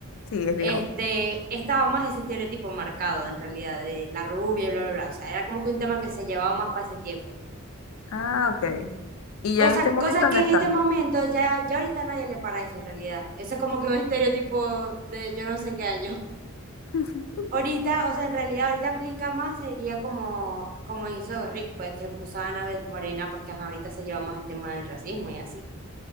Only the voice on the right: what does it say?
este,
estaba más ese estereotipo marcado en realidad de la rubia y bla, bla, bla. O sea, era como que un tema que se llevaba más para ese tiempo.
Cosa,
cosa que
en
este momento ya, ya ahorita nadie le para eso en realidad. Eso es como que un estereotipo de yo no sé qué año.
Ahorita, o sea, en realidad ahorita aplica más, sería como, como hizo Rick, pues que puso a Annabeth Morena porque ajá, ahorita se lleva más el tema del racismo y así.